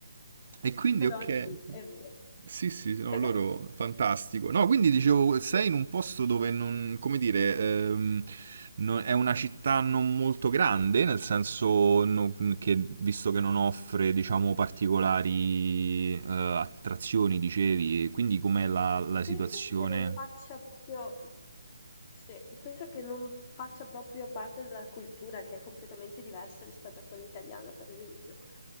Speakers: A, on the right; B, on the left.
A: E quindi,
B: però
A: ok.
B: sì, è vero.
A: Sì, sì, sì, no,
B: Cos'è?
A: loro fantastico. No, quindi dicevo, sei in un posto dove non, come dire, ehm, non- è una città non molto grande, nel senso no- che, visto che non offre, diciamo, particolari eh, attrazioni, dicevi, e quindi com'è
B: Mhmm,
A: la, la
B: penso
A: situazione?
B: che non faccia proprio sì, penso che non faccia proprio parte della cultura, che è completamente diversa rispetto a quella italiana, per esempio.